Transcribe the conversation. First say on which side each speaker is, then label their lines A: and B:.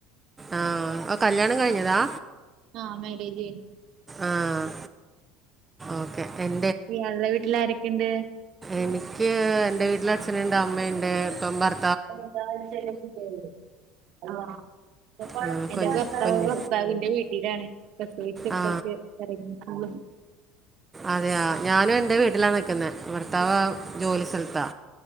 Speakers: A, on the right; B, on the right.
A: ആഹ് കല്ല്യാണം കഴിഞ്ഞതാ?
B: ആഹ് മാര്യേജ് കഴിഞ്ഞു.
A: ആഹ് ഓക്കെ ട്ടെൻ
B: ഇയാൾടെ വീട്ടില് ആരൊക്കെയ്ണ്ട്?
A: എനിക്ക് എന്റെ വീട്ടില് അച്ഛനൊണ്ട് അമ്മയൊണ്ട് ഇപ്പം ഭർ
B: <inaudible>
A: ആ,
B: എന്റെ
A: കുഞ്ഞ്
B: ഭർത്താവ്
A: കുഞ്ഞ്
B: ഭർത്താവിന്റെ വീട്ടിലാണ് <unintelligible>
A: ആ
B: <unintelligible>
A: അതെയ ഞാനും എന്റെ വീട്ടിലാണ് നിൽക്കുന്നെ ഭർത്താവ് ജോലി സ്ഥലത്താ